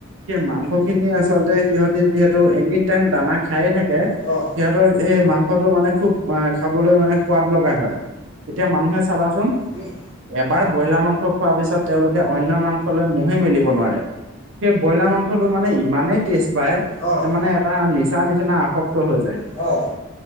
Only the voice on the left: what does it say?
অ'
উম
অ' অ'
অ',